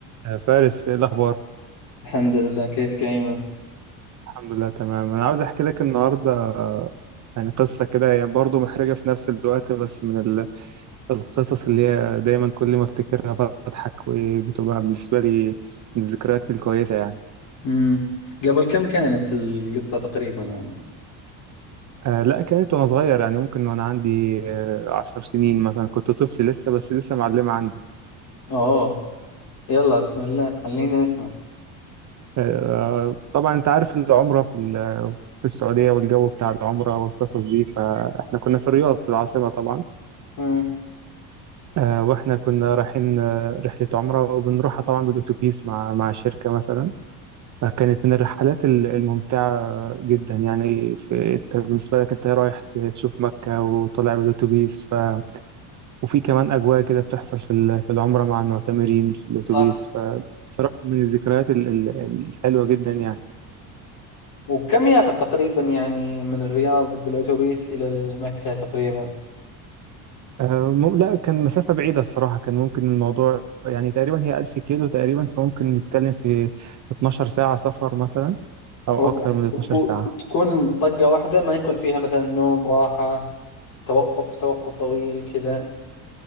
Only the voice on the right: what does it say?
يا فارس ايه الاخبار
الحمد لله تمام انا عاوز احكي لك النهارده آه، يعني قصه كده هي برضه محرجه في نفس الوقت بس من ال- القصص اللي هي دايما كل ما افتكرها بضحك وبتبقى بالنسبه لي من الذكريات الكويسه يعني
آه لا كانت وانا صغير يعني ممكن وانا عندي آه، عشر سنين مثلا كنت طفل لسه بس لسه معلمه عندي
آه طبعا انت عارف العمره في ال- في السعوديه والجو بتاع العمره والقصص دي فاحنا كنا في الرياض العاصمه طبعا
آه، واحنا كنا رايحين آه، رحلة عمرة وبنروحها طبعا بالأتوبيس مع مع شركة مثلا فكانت من الرحلات ال- الممتعة جدا يعني في أنت بالنسبة لك انت رايح ت- تشوف مكة وطالع بالأتوبيس ف... وفي كمان أجواء كده بتحصل في ال- في العمرة مع المعتمرين في الأتوبيس
فالصراحة من الذكريات ال- ال- الحلوة جدا يعني
آه، مو- لا كان مسافة بعيدة الصراحة كان ممكن الموضوع يعني تقريبا هي 1000 كيلو تقريبا فممكن نتكلم في 12 ساعة سفر مثلا أو
أكتر من 12
ساعة